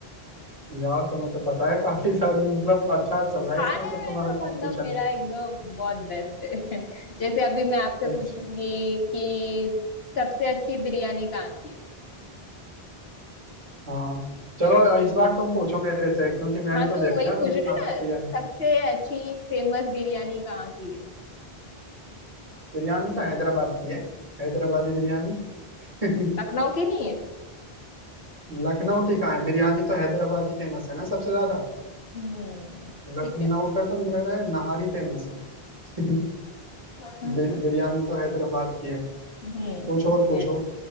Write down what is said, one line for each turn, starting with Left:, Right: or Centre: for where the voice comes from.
Right: यार तुम्हें तो पता है काफी सारी मतलब अच्छा चल रहा है
Left: खाने
Right: इसका मतलब
Left: में
Right: तुम्हारा
Left: तो
Right: कंपटीशन
Left: मतलब मेरा एकदम बहुत बेस्ट है जैसे अभी मैं आपसे
Right: अच्छा
Left: पूछूंगी कि सबसे अच्छी बिरयानी कहाँ की है
Right: हाँ चलो इस बार तुम पूछो मेरे से क्योंकि मैं
Left: हाँ
Right: भी तो
Left: तो
Right: देखूं
Left: वही
Right: यार
Left: पूछ
Right: मेरी
Left: रही
Right: कहाँ
Left: हूँ ना
Right: तक तैयारी
Left: सबसे अच्छी फेमस बिरयानी कहाँ की है
Right: बिरयानी तो हैदराबाद की है हैदराबादी बिरयानी <laughs>
Left: लखनऊ की नहीं है
Right: लखनऊ की कहाँ है बिरयानी तो हैदराबादी फेमस है ना सबसे ज्यादा
Left: हम्म
Right: लखनऊ
Left: ठीक है
Right: का तो मुझे लग रहा है नहारी फेमस है <laughs>
Left: हाँ, हाँ,
Right: बि-
Left: हाँ।
Right: बिरयानी तो हैदराबाद की है
Left: हम्म
Right: कुछ और
Left: बिरयानी
Right: पूछो